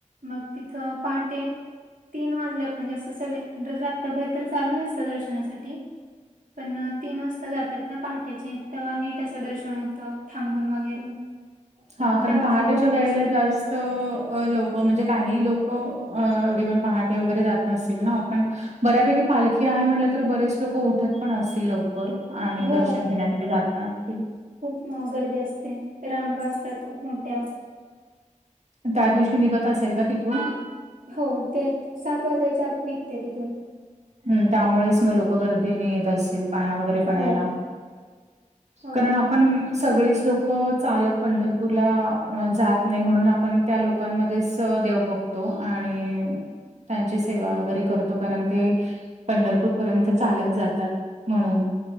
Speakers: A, on the right; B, on the right.
A: मग तिथं पहाटे तीन वाजल्या म्हणजे असं सगळे, पण रात्रभर तर चालूच असतं दर्शनासाठी, पण तीन वाजता जात्यात. ना पहाटेचे तेव्हा नीट असं दर्शन होत थांबून वगैरे,
B: हां
A: पण
B: कारण
A: तेव्हा
B: पहाटेच्या
A: पण गर्दी अशी
B: वेळेला जास्त लोक म्हणजे काही लोक एवढे पण पहाटे वगैरे जात नसतील ना. आपण बऱ्यापैकी पालखी आहे. म्हटलं तर बरेच लोक उठत पण असतील लव कर आणि
A: हो
B: दर्शन घेण्यासाठी जात असतील.
A: मग गर्दी असते. रांगा असतात खूप मोठ्या
B: त्या दिवशी निघत असेल का तिथून,
A: हो ते सात वाजायच्या आत निघते तिथून,
B: हम त्यामुळेच मग लोक गर्दीने येत असतील. पाया वगैरे, पडायला.
A: हो हो
B: कारण आपण पण सगळीच लोक चालत पंढरपूरला जात नाही. म्हणून आपण त्या लोकांमध्येच देव बघतो आणि त्यांची सेवा वगैरे करतो. कारण ते पंढरपूर पर्यंत चालत जातात. म्हणून,